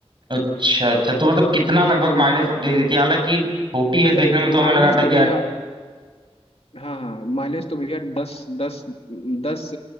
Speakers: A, on the right; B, on the left.
A: अच्छा अच्छा तो मतलब कितना लगभग
B: तो
A: माइलेज वो दे देती है हालांकि छोटी है
B: भैया
A: देखने में तो हमें
B: माइलेज
A: लगा था
B: तो
A: कि यार
B: भैया हाँ हाँ माइलेज तो भैया दस दस दस